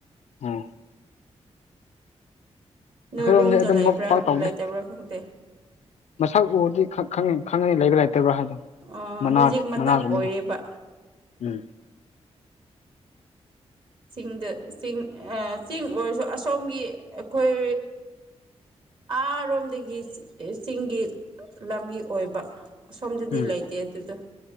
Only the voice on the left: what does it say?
ꯎꯝ ꯑꯩꯈꯣꯏꯔꯣꯝꯗꯤ
ꯑꯗꯨꯝꯕ
ꯄꯥꯛ ꯇꯧꯗꯦ
ꯃꯁꯛ ꯎꯔꯗꯤ ꯈꯪꯉꯅꯤ ꯂꯩꯕ ꯂꯩꯇꯕ꯭ꯔꯥ ꯍꯥꯏꯗꯣ
ꯃꯅꯥ
ꯃꯅꯥꯒꯨꯝꯕꯗꯣ
ꯎꯝ
ꯎꯝ